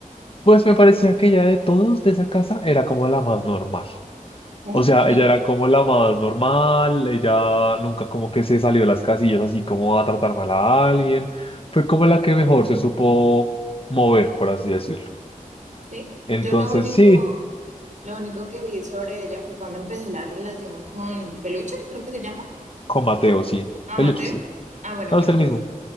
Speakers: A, on the left (about 40°); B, on the right (about 60°).
A: Pues me parecía que ella de todos de esa casa era como la más normal.
B: <laughs>
A: O sea, ella era como la más normal, ella nunca como que se salió de las casillas así como a tratar mal a alguien. Fue como la que mejor se supo mover, por así decirlo.
B: ¿Sí?
A: Entonces
B: Yo lo único,
A: sí,
B: lo único que vi sobre ella fue cuando empezó la relación con Peluche, creo que se llama.
A: con Mateo sí,
B: a
A: Peluche
B: Mateo.
A: sí.
B: Ah, bueno,
A: No,
B: bueno.
A: es el mismo.